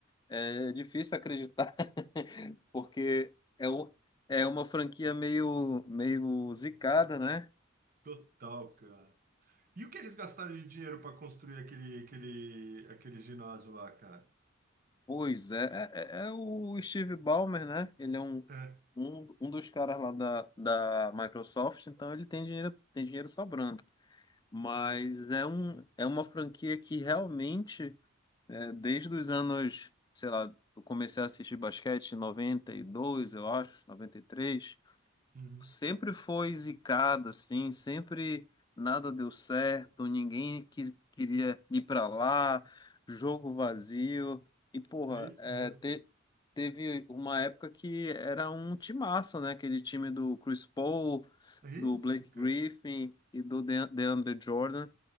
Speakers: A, on the left; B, on the right.
A: é difícil acreditar, <laughs> porque é, o- é uma franquia meio, meio zicada, né?
B: Total, cara. E o que eles gastaram de dinheiro para construir aquele, aquele, aquele ginásio lá, cara?
A: Pois é, é, é- é o Steve Ballmer, né? Ele é um,
B: É,
A: um, um dos caras lá da, da Microsoft, então ele tem dinheiro, tem dinheiro sobrando. mas
B: é isso.
A: é um, é uma franquia que realmente, é, desde os anos, sei lá, eu comecei a assistir basquete em 92 eu acho, 93
B: Uhum.
A: sempre foi zicada, assim, sempre nada deu certo, ninguém quis, queria ir para lá, jogo vazio, e porra,
B: É isso
A: é,
B: mesmo,
A: te-
B: cara.
A: teve uma época que era um timaço, né, aquele time do Chris Paul,
B: É
A: do
B: isso,
A: Blake
B: cara.
A: Griffin e do De- DeAndre Jordan,